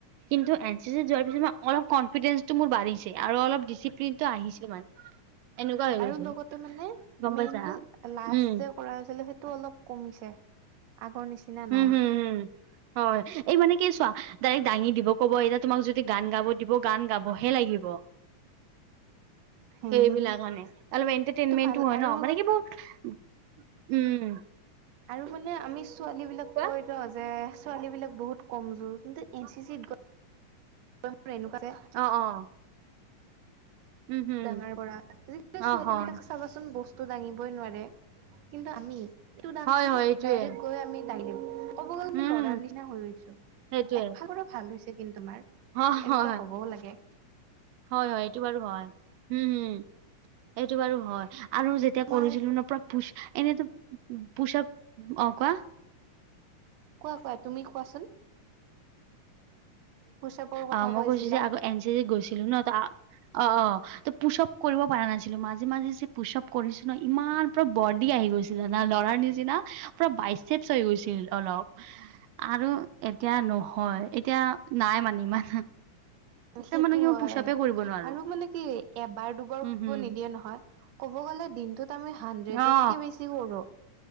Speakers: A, on the right; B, on the right.
A: কিন্তু এন-চি-চি যোৱাৰ অলপ কনফিডেন্ঞ্চটো মোৰ বাঢ়িছে, আৰু অলপ ডিচিপ্লিনটো আহিছে মানে! এনেকুৱা হৈ
B: আৰু
A: গৈছে
B: লগতে মানে,
A: গম
B: মেইন
A: পাইছা
B: হ'ল লাষ্ট
A: উম
B: যে কৰা হৈছিলে সেইটো অলপ কমিছে। আগৰ নিচিনা নাই
A: উম, হুম হুম, হয়। এই মানে কি চোৱা, ডাইৰেক্ট দাঙি দিব। ক'ব এতিয়া। তোমাক যদি গান গাব দিব, গান গাবহে লাগিব।
B: সেইটো
A: সেইবিলাক মানে। অলপ এন্টাৰটেইনমেন্টো
B: ভাল
A: হয়
B: আৰু
A: ন? মানে কি বহুত উম।
B: আৰু মানে আমি ছোৱালীবিলাক
A: কোৱা
B: কয় ন যে, ছোৱালীবিলাক বহুত কমজোৰ। কিন্তু এন-চি-চিত গৈ এনেকুৱা যে
A: অ' অ'। উম হম
B: ডাঙৰ কৰা, আজিকালি ছোৱালীবিলাক
A: অ হয়
B: চাবাচোন, বস্তু দাঙিবই নোৱাৰে। কিন্তু আমি, ইটো দাঙচোন।
A: হয় হয় এইটোয়ে
B: ডাইৰেক্ট গৈ আমি ক'ব গ'লে আমি
A: উম
B: ল'ৰাৰ নিচিনা হৈ গৈছো।
A: সেইটোয়ে
B: একফালৰ পৰা ভাল হৈছে কিন্তু তোমাৰ!
A: হয়
B: এনেকুৱা
A: হয়
B: হ'বও লাগে।
A: হয় হয় এইটো বাৰু হয়। উম হুম। এইটো বাৰু হয়। আৰু যেতিয়া
B: তোমাৰ
A: কৰিছিলো ন পুৰা পুচ, এনেইতো পুচ আপ, অ' কোৱা।
B: কোৱা কোৱা, তুমি কোৱাচোন! পুচাপৰ কথা
A: অ' মই
B: কৈ
A: কৈছো
B: আছিলা
A: যে আকৌ এন-চি-চিত গৈছিলো ন! ত অ' অ'। ত পুছআপ কৰিব পৰা নাছিলো মই। আজি যে পুছআপ কৰিছো ন! ইমান পুৰা বডি আহি গৈছে। জানা ল'ৰাৰ নিচিনা। পুৰা বাইচেপচ হৈ গৈছিল অলপ। আৰু এতিয়া নহয়! এতিয়া নাই মানে ইমান। এতিয়া
B: সেইটো
A: মানে কি
B: হয়।
A: মই পুচাপে কৰিব নোৱাৰো
B: আৰু মানে কি এবাৰ দুবাৰ
A: উম হম
B: কৰিব নিদিয়ে নহয়! ক'ব গ'লে দিনটোত আমি হাণ্ড্ৰেডতকে
A: অ
B: বেছি কৰো।